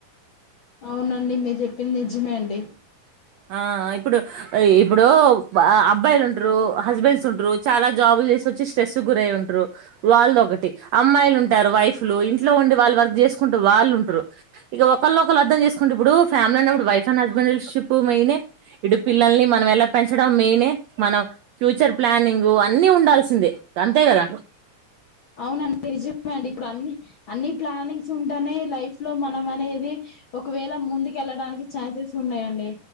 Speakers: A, on the left; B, on the right.
A: అవునండి మీరు చెప్పింది నిజమే అండి
B: ఆ ఇప్పుడు ఇప్పుడు అబ్బాయిలు ఉంట్రూ హస్బెండ్స్ ఉంట్రూ చాలా జాబులు చేసి వచ్చి స్ట్రెస్ గురయి ఉంట్రూ వాళ్ళు ఒకటి అమ్మాయిలు ఉంటారు వైఫ్లు ఇంట్లో ఉండి వాళ్ళు వర్క్ చేసుకుంటూ వాళ్ళు ఉంటారు ఇక ఒకళ్ళ ఒకళ్ళు అర్ధం చేసుకుంటు ఇప్పుడు ఫ్యామిలీ అన్నప్పుడు వైఫ్ అండ్ హస్బెండ్ ష్ ప్పు మెయినే ఇటు పిల్లల్ని మనం ఎలా పెంచడం మెయినే మనం ఫ్యూచర్ ప్లానింగు అన్ని ఉండాల్సిందే అంతే కదా
A: అవునండి నిజమే అండి ఇప్పుడు అన్ని అన్ని ప్లానింగ్స్ ఉంటేనే లైఫ్ లో మనం అనేది ఒకవేళ ముందుకెళ్ళడానికి ఛాన్సెస్ ఉన్నాయండి